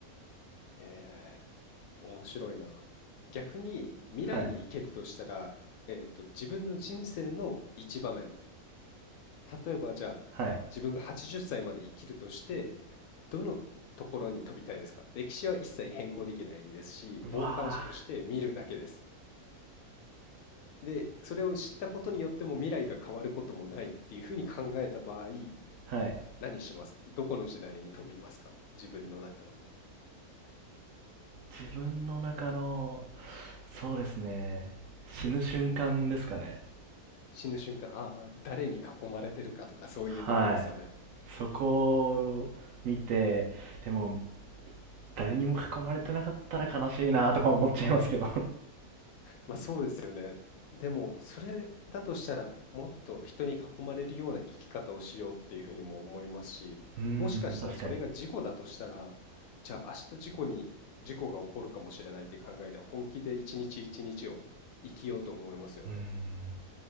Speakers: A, on the left; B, on the right.
A: えー、面白いな。逆に未来に行けるとしたら、
B: はい。
A: えっと、自分の人生の一場面。例えばじゃあ、
B: はい。
A: 自分が80歳まで生きるとして、どのところに飛びたいですか歴史は一切変更できないですし、傍観者として見るだけです。
B: うわ
A: で、それを知ったことによっても未来が変わることもないっていうふうに考えた場合、
B: ー。はい。
A: 何しますどこの時代に飛びますか自分の中の。
B: 自分の中の、そうですね、死ぬ瞬間ですかね。
A: 死ぬ瞬間、ああー、誰に囲まれてるかとかそういうところですよね。
B: はい。そこを見て、でも、誰にも囲まれてなかったら悲しいなとか思っちゃいますけど。
A: ま、そうですよね。でも、それだとしたら、もっと人に囲まれるような生き方をしようっていうふうにも思いますし、
B: <laughs> うーん、
A: もしかしたらそれが事故だとしたら、
B: 確かに。
A: じゃあ、明日事故に事故が起こるかもしれないって考えて、本気で1日1日を生きようと思いますよね。
B: うーん、